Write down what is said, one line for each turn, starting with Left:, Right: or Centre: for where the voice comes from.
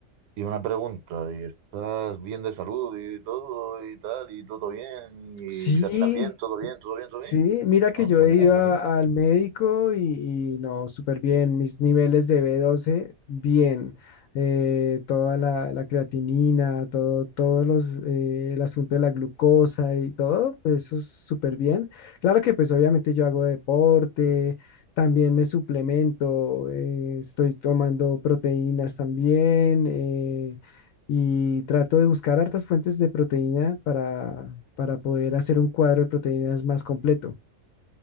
Right: Y una pregunta, ¿y estás bien de salud y todo y tal? ¿Y todo bien? ¿Y
Left: Sí,
Right: vitaminas bien? ¿Todo bien? ¿Todo bien?
Left: Sí,
Right: ¿Todo bien?
Left: mira que
Right: Ah,
Left: yo
Right: genial,
Left: he ido
Right: genial.
Left: a- al médico y, y no, súper bien. Mis niveles de B12, bien. Eh, toda la, la creatinina, todo, todos los, eh, el asunto de la glucosa y todo, pues eso es súper bien. Claro que pues obviamente yo hago deporte, también me suplemento, eh, estoy tomando proteínas también eh, y trato de buscar hartas fuentes de proteína para para poder hacer un cuadro de proteínas más completo.